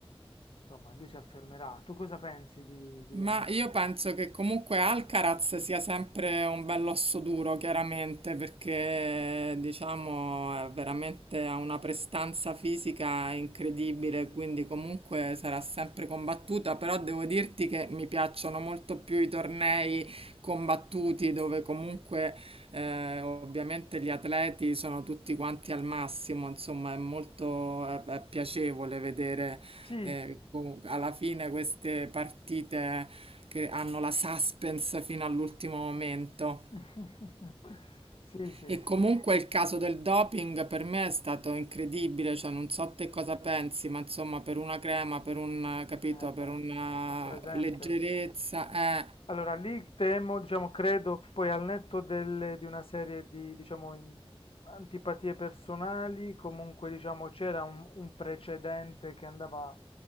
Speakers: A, on the left; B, on the right.
A: insomma, lui si affermerà. Tu cosa pensi di, di Yannick
B: Ma io
A: Sinner?
B: penso che comunque Alcaraz sia sempre un bell'osso duro, chiaramente, perché diciamo è veramente ha una prestanza fisica incredibile, quindi comunque sarà sempre combattuta, però devo dirti che mi piacciono molto più i tornei combattuti dove comunque eh, ovviamente gli atleti sono tutti quanti al massimo, insomma, è molto è- è piacevole vedere
A: Sì,
B: e comunque, alla fine queste partite che hanno la suspense fino all'ultimo momento.
A: <laughs> sì, sì,
B: E comunque il caso del doping per me è stato incredibile, cioè non so te cosa pensi, ma insomma per una crema, per un, capito,
A: eh
B: per
A: beh,
B: una
A: ho presente.
B: leggerezza, eh.
A: Allora, lì temo, diciamo, credo poi al netto delle- di una serie di, diciamo, in- antipatie personali, comunque, diciamo, c'era un, un precedente che andava,